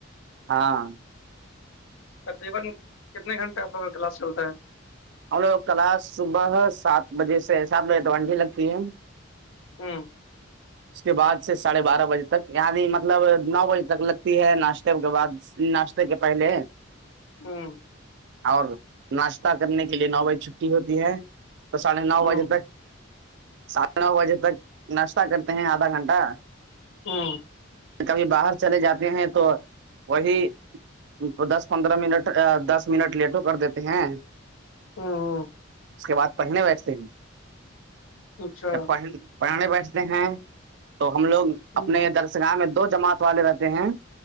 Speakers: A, on the right; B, on the left.
A: ہاں
B: تقریبا کتنے گھنٹے گلاس چلتا ہے
A: ہم لوگ کلاس صبح سات بجے سے سات بجے تونڈی لگتی ہے
B: ہوں
A: اس کے بع سے ساڑھے بارہ بجے تک نی مطلب نو بجے تک لگتی ہے ناشتے کے بعد ناشتے کے پلے
B: ہاں
A: اور ناشتہ کرنے کے لیے نو بج چھٹی ہوتی ہے تو ساھے نو
B: ہ
A: بجے تک سات نو بجے تک ناشتہ کرتے ہیں آدھا گھنٹہ
B: ہاں
A: کبھی باہر چلے جاتے ہیں تو وہی تو دس پندرہ منٹ دس منٹ لیٹو کر دیتے ہیں
B: ہاں
A: اس کے بعد پہنے بیچتے ہیں
B: اچھا
A: جب پہ پرانے بیٹھتے ہیں تو ہم لوگ
B: ہوں،
A: اپنے درسگاہ میں دو جماعت والے رہتے ہیں